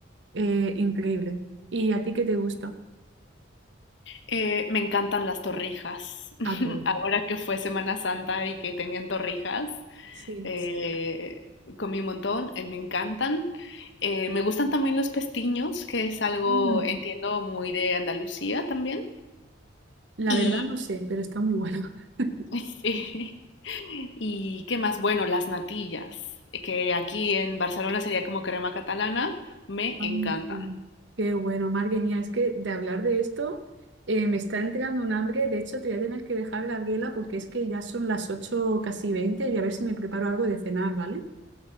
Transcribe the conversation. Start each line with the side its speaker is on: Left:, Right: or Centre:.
Right: Eh, increíble. ¿Y a ti qué te gusta?
Left: Eh, me encantan las torrijas. <laughs>
Right: Ah, qué bueno.
Left: Ahora que fue Semana Santa y que tenían torrijas,
Right: Sí.
Left: eh, comí un montón, eh, me encantan. Eh, me gustan también los pestiños, que es algo,
Right: Mm,
Left: entiendo, muy de Andalucía también.
Right: La
Left: Y,
Right: verdad no sé, pero está muy bueno. <laughs>
Left: <laughs> sí. ¿Y qué más? Bueno, las natillas, eh, que aquí en Barcelona sería como crema catalana, me
Right: Ah,
Left: encantan.
Right: sí. Qué bueno, Marguerita, es que de hablar de esto eh, me está entrando un hambre. De hecho, te voy a tener que dejar, Gabriela, porque es que ya son las 8 casi 20 y a ver si me preparo algo de cenar, ¿vale?